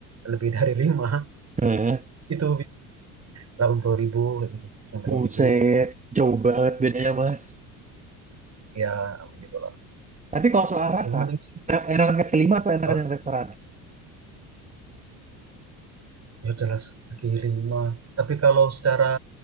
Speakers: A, on the right (about 35°); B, on the right (about 15°).
A: lebih dari lima
B: Eh,
A: itu delapan puluh ribu kayak gitu sembilan
B: buset,
A: puluh ribu
B: jauh banget bedanya Mas.
A: ya gitu
B: Tapi kalau soal rasa,
A: yang penting sih,
B: enak- enakan kaki lima atau enakan
A: Pak,
B: yang restoran?
A: ya jelas kaki lima tapi kalau secara